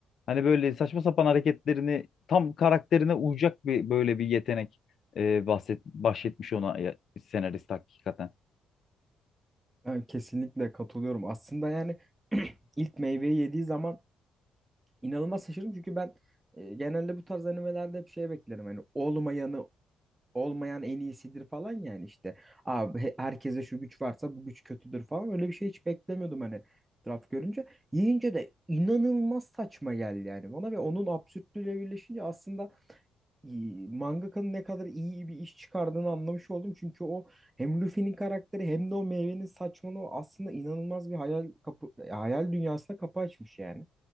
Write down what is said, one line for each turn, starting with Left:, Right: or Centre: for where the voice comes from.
Left: Hani böyle saçma sapan hareketlerini tam karakterine uyacak bir böyle bir yetenek e, bahset, bahsetmiş ona ya- senarist hakikaten.
Right: Ben kesinlikle katılıyorum. Aslında yani <clears throat> ilk meyveyi yediği zaman inanılmaz şaşırdım. Çünkü ben e, genelde bu tarz animelerde hep şey beklerim. Hani olmayanı olmayan en iyisidir falan yani işte. Abi he- herkese şu güç varsa bu güç kötüdür falan. Öyle bir şey hiç beklemiyordum hani etraf görünce. Yiyince de inanılmaz saçma geldi yani bana ve onun absürtlüğüyle birleşince aslında iyi- mangakanın ne kadar iyi bir iş çıkardığını anlamış oldum. Çünkü o hem Luffy'nin karakteri hem de o meyvenin saçmalığı aslında inanılmaz bir hayal kapı, e, hayal dünyasına kapı açmış yani.